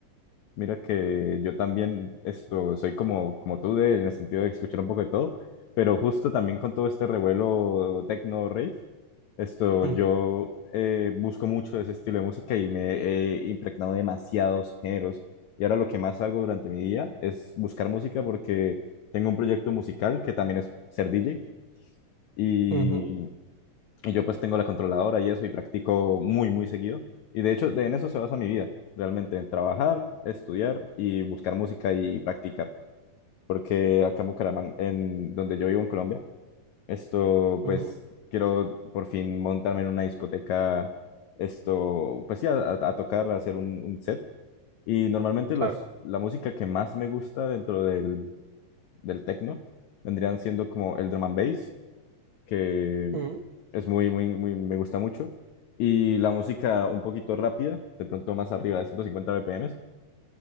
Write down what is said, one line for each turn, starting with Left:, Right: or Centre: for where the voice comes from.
Left: Mira que yo también esto, soy como, como tú de- en el sentido de escuchar un poco de todo, pero justo también con todo este revuelo techno rave. Esto,
Right: Mm,
Left: yo eh, busco mucho ese estilo de música y me he impregnado de demasiados géneros. Y ahora lo que más hago durante mi día es buscar música porque tengo un proyecto musical que también es ser DJ y,
Right: ujú,
Left: y yo pues tengo la controladora y eso y practico muy, muy seguido. Y de hecho, de, en eso se basa mi vida, realmente, en trabajar, estudiar y buscar música y practicar. Porque acá en Bucaramanga, en donde yo vivo en Colombia, esto,
Right: ujú,
Left: pues, quiero por fin montarme en una discoteca, esto, pues sí, a, a- a tocar, a hacer un, un set. Y normalmente
Right: claro,
Left: los, la música que más me gusta dentro del, del techno vendrían siendo como el drum and bass, que
Right: mm,
Left: es muy, muy, muy, me gusta mucho. Y la música un poquito rápida, de pronto más arriba de 150 BPMs,